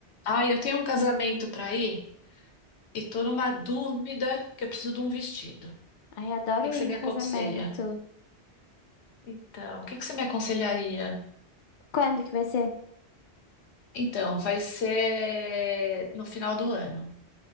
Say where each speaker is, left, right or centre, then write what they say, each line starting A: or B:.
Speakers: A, on the left (about 75°); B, on the left (about 55°).
A: Ah, eu tenho um casamento para ir e tô numa dúvida que eu preciso de um vestido. O
B: Ai, adoro
A: que que
B: ir
A: você
B: em
A: me aconselha?
B: casamento.
A: Então, o que que você me aconselharia?
B: Quando que vai ser?
A: Então, vai ser no final do ano.